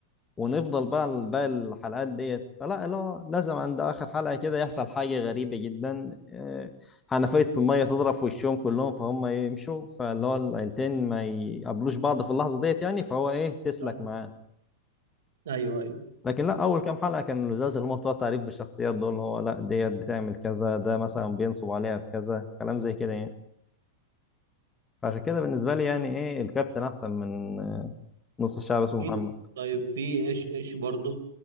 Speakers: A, on the left; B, on the right.
A: ونفضل بقى ال- باقي الحلقات ديت فلا لا لازم عند اخر حلقه كده يحصل حاجه غريبه جدا آه، حنفيه الميه تضرب في وشهم كلهم فهم يمشوا فاللي هو العيلتين ما يقابلوش بعض في اللحظه ديت يعني فهو ايه تسلك
B: آه.
A: معاه
B: ايوه ايوه
A: لكن لا اول كام حلقه كانوا لزاز اللي هم بتوع تعريف بالشخصيات دول اللي هو لا ديت بتعمل كذا ده مثلا بينصب عليها في كذا كلام زي كده يعني فعشان كده بالنسبة لي يعني ايه الكابتن احسن من نص الشعب اسمه
B: في
A: محمد
B: طيب في ايش ايش برضه